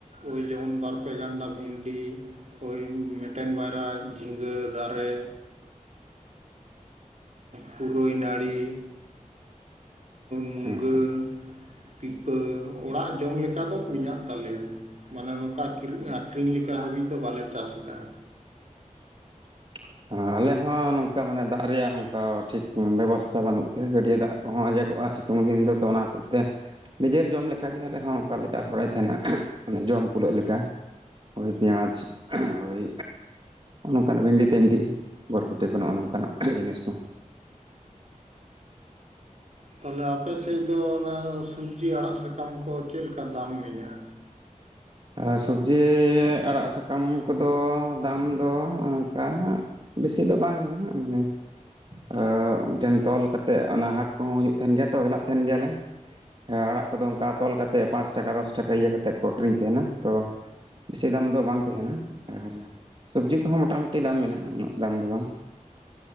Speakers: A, on the right; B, on the right.
A: ᱳᱭ ᱡᱮᱢᱚᱱ ᱵᱟᱨᱯᱮ ᱜᱟᱱᱰᱟ ᱵᱷᱤᱱᱰᱤ ᱳᱭ ᱢᱮᱴᱮᱱ ᱵᱟᱨᱟ ᱡᱷᱤᱸᱜᱟᱹ ᱫᱟᱨᱮ
B: <inaudible>
A: ᱯᱩᱨᱟᱹᱭ ᱱᱟᱹᱲᱤ ᱢᱩᱱᱜᱟᱹ
B: ᱦᱮᱸ
A: ᱯᱤᱯᱟᱹ ᱚᱲᱟᱜ ᱡᱚᱢ ᱞᱮᱠᱟ ᱫᱚ ᱢᱮᱱᱟᱜ ᱛᱟᱞᱮᱭᱟ᱾ ᱢᱟᱱᱮ ᱱᱚᱝᱠᱟ ᱟᱠᱷᱨᱤᱧ ᱞᱮᱠᱟ ᱦᱟᱹᱵᱤᱡ ᱫᱚ ᱵᱟᱞᱮ ᱪᱟᱥ ᱟᱠᱟᱫᱟ᱾
B: <inaudible> ᱟᱞᱮ ᱦᱚᱸ ᱱᱚᱝᱠᱟ ᱢᱟᱱᱮ ᱫᱟᱜ ᱨᱮᱭᱟᱜ ᱚᱱᱠᱟ ᱴᱷᱤᱠ ᱵᱮᱵᱚᱥᱛᱟ ᱵᱟᱹᱱᱩᱜ ᱛᱮ ᱜᱟᱹᱰᱭᱟᱹ ᱫᱟᱜ ᱠᱚᱦᱚᱸ ᱟᱸᱡᱚᱜᱼᱟ᱾ ᱥᱤᱛᱩᱝ ᱫᱤᱱ ᱫᱚ ᱛᱚ ᱚᱱᱟ ᱦᱚᱛᱮᱡ ᱛᱮ ᱱᱤᱡᱮᱨ ᱡᱚᱢ ᱞᱮᱠᱟ ᱜᱮ ᱟᱞᱮ ᱦᱚ ᱚᱱᱠᱟᱞᱮ ᱪᱟᱥ ᱵᱟᱲᱟᱭ ᱛᱟᱦᱮᱱᱟ ᱢᱟᱱᱮ ᱡᱚᱢ ᱠᱩᱞᱟᱹᱜ ᱞᱮᱠᱟ ᱳᱭ ᱯᱮᱸᱭᱟᱡᱽ ᱳᱭ ᱱᱚᱝᱠᱟᱱ ᱵᱷᱮᱱᱰᱤ ᱛᱮᱱᱰᱤ ᱵᱚᱨᱵᱚᱴᱤ ᱠᱚ ᱱᱚᱜᱼᱚ ᱱᱚᱝᱠᱟᱱᱟᱜ ᱡᱤᱱᱤᱥ ᱠᱚ
A: ᱛᱟᱦᱞᱮ ᱟᱯᱮ ᱥᱮᱫ ᱫᱚ ᱚᱱᱟ ᱥᱚᱵᱡᱤ ᱟᱲᱟᱜ ᱥᱟᱠᱟᱢ ᱠᱚ ᱪᱮᱫ ᱞᱮᱠᱟ ᱫᱟᱢ ᱢᱮᱱᱟᱜᱼᱟ?
B: <inaudible> ᱟ ᱥᱚᱵᱡᱤ ᱟᱲᱟᱜ ᱥᱟᱠᱟᱢ ᱠᱚᱫᱚ ᱫᱟᱢ ᱫᱚ ᱚᱱᱠᱟ ᱪᱮᱫ ᱦᱚᱸ ᱵᱟᱝ ᱢᱟᱱᱮ ᱟ ᱢᱤᱫᱴᱷᱮᱱ ᱛᱚᱞ ᱠᱟᱛᱮᱫ ᱚᱱᱟ ᱦᱟᱴ ᱠᱚᱦᱚᱸ ᱦᱩᱭᱩᱜ ᱛᱟᱦᱮᱱ ᱜᱮᱭᱟ ᱛᱚ ᱦᱮᱞᱟᱜ ᱛᱟᱦᱮᱱ ᱜᱮᱭᱟᱞᱮ᱾ ᱟ ᱟᱲᱟᱜ ᱠᱚᱫᱚ ᱚᱱᱠᱟ ᱛᱚᱞ ᱠᱟᱛᱮᱜ ᱯᱟᱸᱪ ᱴᱟᱠᱟ ᱫᱚᱥ ᱴᱟᱠᱟ ᱤᱭᱟᱹ ᱠᱟᱛᱮᱜ ᱠᱚ ᱟᱠᱷᱨᱤᱧ ᱛᱟᱸᱦᱮᱱᱟ᱾ ᱛᱚ ᱵᱮᱥᱤ ᱫᱟᱢ ᱫᱚ ᱵᱟᱝ ᱛᱟᱦᱮᱱᱟ ᱟᱨ ᱥᱚᱵᱡᱤ ᱠᱚᱦᱚᱸ ᱢᱚᱴᱟᱢᱩᱴᱤ ᱫᱟᱢ ᱢᱮᱱᱟᱜᱼᱟ᱾ ᱩᱱᱟᱹᱜ ᱫᱟᱢ ᱫᱚ ᱵᱟᱝ᱾